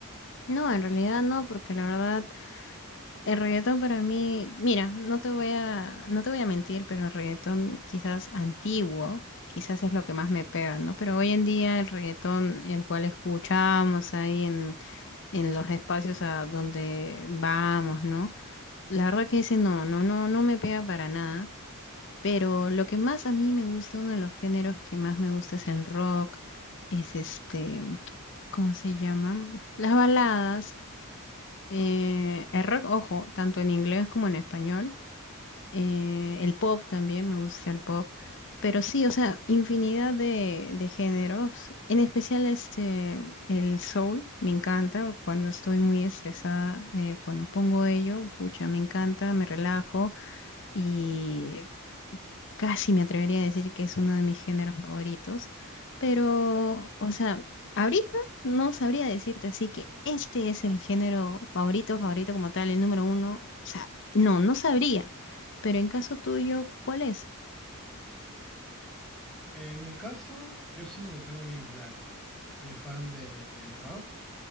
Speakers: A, on the left; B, in the centre.
A: No, en realidad no, porque la verdad... El reggaetón para mí, mira, no te voy a, no te voy a mentir, pero el reggaetón quizás antiguo, quizás es lo que más me pega, ¿no? Pero hoy en día el reggaetón, el cual escuchamos ahí en, en los espacios a donde vamos, ¿no? La verdad que ese no, no, no, no me pega para nada. Pero lo que más a mí me gusta, uno de los géneros que más me gusta es el rock, es este, ¿cómo se llama? Las baladas. Eh, el rock, ojo, tanto en inglés como en español eh, el pop también, me gusta el pop. Pero sí, o sea, infinidad de, de géneros. En especial este, el soul, me encanta. Cuando estoy muy estresada, eh, cuando pongo ello, pucha, me encanta, me relajo. Y casi me atrevería a decir que es uno de mis géneros favoritos, pero, o sea, ahorita no sabría decirte así que este es el género favorito, favorito como tal, el número uno, o sea, no, no sabría, pero en caso tuyo, ¿cuál es?
B: En mi caso, yo sí lo tengo bien claro. Soy fan de- del rock,